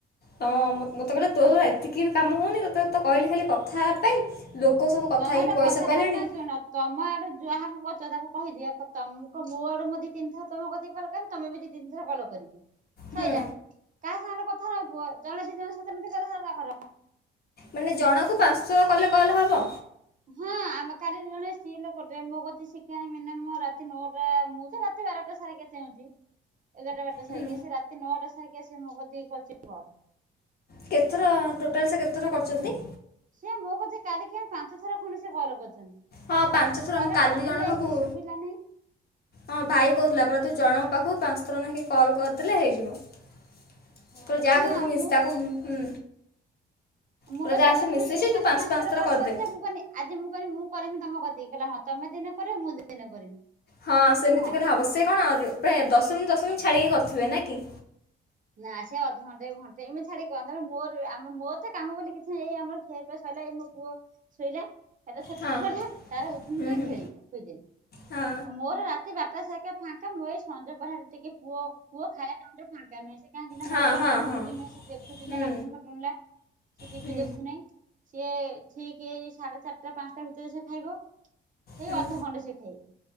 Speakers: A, on the left; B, on the right.
A: ହଁ ମତେ କହିଲେ ତୋ ଦ୍ୱାରା ଏତିକି କାମ ହଉନି ତତେ ତ କହିଲି ଖାଲି କଥା ହବା ପାଇଁ। ଲୋକ ସବୁ କଥା
B: ତମେ
A: ହେଇକି
B: ଗୋଟେ
A: ପଇସା ପାଇଲେଣି।
B: କରୁନ ଶୁଣ ତମ ଆଡୁ ଯାହାକୁ କରଛ ତାକୁ କହିଦିଅ ତମ ମ ମୁଁ ଆଡୁ ମୁଁ ଦି ତିନିଥର ତମ କତୀ କଲ୍ କରିବି ତମେ ବି ଦି ତିନି ଥର କଲ୍ କରିବ। ସଇଲା
A: ହୁଁ।
B: କାହା ସାଙ୍ଗରେ କଥା ନ କୁହ ଜଣେ ଦି ଜଣ ସହିତ କଥା ତା କର
A: ମାନେ ଜଣକୁ ପାଞ୍ଚ ଥର କଲେ କଲ୍ ହବ?
B: ହଁ ଆମେ କାଲି ଜଣେ ସ୍ତ୍ରୀ ଲୋକଟେ ମୋ କତିକି <unintelligible> ରାତି ନଅଟା ମୁଁ ତ ରା ବାରଟା ସାଢେ଼ ଏଗାରଟା ଚେଉଁଚି। ଏଗାରଟା ବାରଟା ସାରିକି
A: ହୁଁ।
B: ସେ ରାତି ନଅଟା ସାରିକି ଆ ସେ ମୋ କତି କରିଚି କୁହ।
A: କେତେଥର ଟୋଟାଲ ସେ କେତେଥର କରିଛନ୍ତି?
B: ସିଏ ମୋ କତିକି କାଲିି ପାଞ୍ଚ ଥର ଖଣ୍ଡେ ସେ କଲ୍ କରିଛନ୍ତି।
A: ହଁ ପାଞ୍ଚ ଥର
B: ଥରେ
A: ମୁଁ କାଲି
B: କଟି
A: ଜଣ
B: ଯାଇଛି
A: ପାଖୁ
B: ଶୁଭିଲାନି
A: ହଁ ଭାଇ କହୁଥିଲା କଲା ତୁ ଜଣଙ୍କ ପାଖକୁ ପାଞ୍ଚ ଥର ଲେଖା କଲ୍ କରିଦେଲେ ହେଇଯିବ। କହିଲା ଯାହାକୁ
B: ହଁ
A: ତୁ ମିଶ
B: ମୁଁ
A: ତାକୁ ହୁଁ।
B: <unintelligible>
A: କହିଲା ଯାହା ସହ ମିଶିଛି
B: ମୁଁ ସିଏ
A: ତୁ
B: କାଲି ପାଞ୍ଚ ଥର କଲେ
A: କରିଦେ।
B: କରିଥିଲା ମୁଁ କହିଲି ଆଜି ମୁଁ କରିିବି ମୁଁ କରିମି ତମ କତି କହିଲ ହଁ ତମେ ଦିନେ କରି ମୁଁ ଦିନେ କରିବି।
A: ହଁ ସେମିତି
B: କହିନି ହଁ
A: କହିଲେ ହେବ ସେ କଣ ଆ ପ୍ରାୟ ଦଶ ମିନିଟ୍ ଦଶ ମିନିଟ ଛାଡ଼ିକି କରିଥିବେ ନା କି।
B: ନା ସିଏ ଅଧଘଣ୍ଟେ ଘଣ୍ଟେ ଏମି ଛାଡି କହନ୍ତ ତାପରେ ମୋର ଆମ ମୋତେ କାମ ବୋଲି କିଛି ନାହିଁ ଆମର ଖିଆ ପିଆ ସଇଲା ଏଇ ମୋ ପୁଅ ଶୋଇଲା। ଛୋଟ
A: ହଁ
B: ଛୁଆଟା ତାର ଉଠିନି
A: ହୁଁ
B: ତ
A: ହୁଁ
B: ଖେଳିବ ଖୁଇଦେ
A: ହଁ
B: ଆ ମୋର ରାତି ସେ ବାରଟା ଯାଙ୍କେ ଫାଙ୍କା ମୁଁ ଏଇ ସଞ୍ଜ ପହରେ ଟିକେ ପୁଅ ପୁଅ ଖାଇଲେ ଫାଙ୍କ ନୁହେଁ ସେ କାହିଁକି ନା
A: ହଁ
B: ମୋବାଇଲ
A: ହଁ
B: ଟା ଧରୁଛି
A: ହଁ
B: ନା ସେ ଦେଖୁଛି
A: ହୁଁ
B: ନା କାଟୁନ ଫାଟୁନଟା ସେ ଟିଭି
A: ହୁଁ
B: ଦେଖୁନେହିଁ। ସିଏ ଠିକ ଏଇ ସାଢେ ଚାରିଟା ପାଞ୍ଚଟା ଭିତରେ ସେ ଖାଇବ। ସେଇ
A: ହୁଁ
B: ଅଧଘଣ୍ଟେ ସେ ଖାଇବ